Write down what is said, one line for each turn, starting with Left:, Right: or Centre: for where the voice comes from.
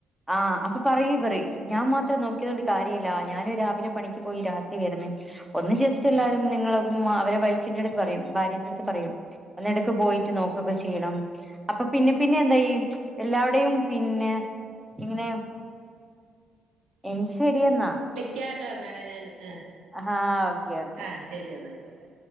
Centre: ആഹ് അപ്പൊ പറയും ഇവര് ഞാൻ മാത്രം നോക്കിയോണ്ട് കാര്യല്ല ഞാന് രാവിലെ പണിക്ക് പോയി രാത് ഈ വീട്ന്ന് ഒന്ന് ജസ്റ്റ് എല്ലാരും നിങ്ങളെ മ അവരെ വൈഫിന്റെ ട്ത്ത് പറയും ഭാര്യന്റെ ട്ത്ത് പറയും. ഒന്നെടക്ക് പോയിറ്റ് നോക്കുകൊക്കെ ചെയ്യണം. അപ്പ പിന്നെ പിന്നെ എന്തയ്യും എല്ലാവ്ടെയും പിന്നെ ഇങ്ങനെ എങ്കി ശെരിയെന്നാ
Right: ക്യാട്ട ന്നാല് ഞാൻ ആഹ്
Centre: ആഹ് ഓക്കെ ഓക്കേ
Right: ആഹ് ശരി ന്ന അയ്ക്കോട്ടെ.